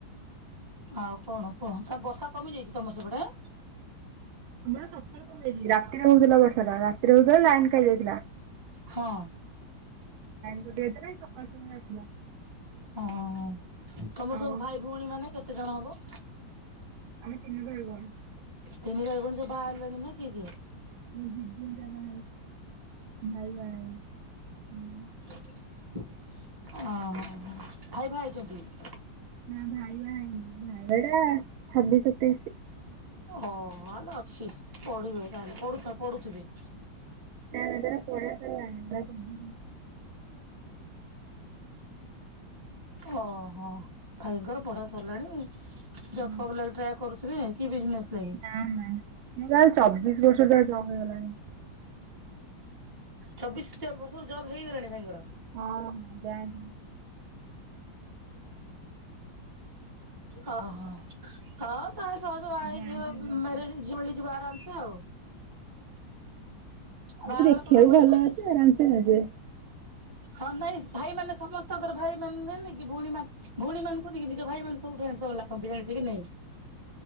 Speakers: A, on the right; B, on the right.
A: ଆଉ କଣ କୁହ ତା ବର୍ଷା କମି ଯାଇଛି ତମର ସେପଟେ?
B: ଆମ <unintelligible> ରାତିରେ ହଉଥିଲା ବର୍ଷାଟା ରାତିରେ ହଉଥିଲା ଲାଇନ୍ ଖାଇ ଯାଇଥିଲା।
A: ହଁ
B: କଟିଯାଇଥିଲା ଏଇ ସକାଳୁ ସକାଳୁ ଆସିଲା।
A: ଓଃ ତମର
B: ଆଉ
A: ସବୁ ଭାଇ ଭଉଣୀ ମାନେ କେତେ ଜଣ ହବ?
B: ଆମେ ତିନିି ଭାଇ ଭଉଣୀ।
A: ତିନି ଭାଇଭଉଣୀ ସବୁ ବାହାହେଲଣି ନା କିଏ କିଏ?
B: ମୋ ଦିଦି ଏକା ବହାହେଇଛି ଭାଇ ବହାହେଇନି।
A: ଓ ହଁ ହଁ ଭାଇ ବାହାହେଇଛନ୍ତି?
B: ନା ଭାଇ ବାହାହେଇନି ଭାଇବା <unintelligible> ଟା ଛବିଶତେଇଶ
A: ଓ ହାଲେ ଅଛି ପଢିବେ ତାହାଲେ ପଢୁ ଛ ପଢୁଥିବେ
B: ତାଜର ପଢା ସାରିଲ <unintelligible>
A: ଓହୋ ଭାଇଙ୍କର ପଢା ସରିଲାଣି ଜବ
B: ନା
A: ଫବ୍ ଲାଗି ଟ୍ରାଏ କରୁଥିବେ? କି ବିଯିନେସ ଲାଗି?
B: ନା ନା ମୁଁ ଲଗୁଛି ଚବିଶ ବର୍ଷ ତାର ଜବ ହେଇଗଲଣି।
A: ଚବିଶ ବର୍ଷ ଜବ୍ ହେଇଗଲାଣି ଭାଇଙ୍କର?
B: ହଁ ବ୍ୟାଙ୍କ
A: ଓହୋ ହଁ। ତା ସହଜ ବାହା ହେଇଯିବ
B: ବ୍ୟାଙ୍କରେ ଜବ
A: ମ୍ୟାରେଜ
B: କରୁଛି।
A: ଝିଅ ମିଳିଯିବେ ଆରାମସେ ଆଉ। ବାହାଘର
B: ଏଇ ଦେଖିବାକୁ
A: କର ଭୋଜି
B: ଭଲ
A: ଫୋଜି
B: ଅଛି ଆରାମସେ ନେବେ
A: ହଁ ନାଇଁ ଭାଇମାନେ ସମସ୍ତଙ୍କର ଭାଇ ମାନିଲେନେ କି ଭଉଣୀ ମାନ ଭଉଣୀ ମାନଙ୍କୁ ହିଁ ନିଜ ଭାଇ ମାନେ ସବୁଠୁ ହ୍ୟାଣ୍ଡସମ୍ ଲାଗନ୍ତି ଜାଣିଛ କି ନାଇଁ?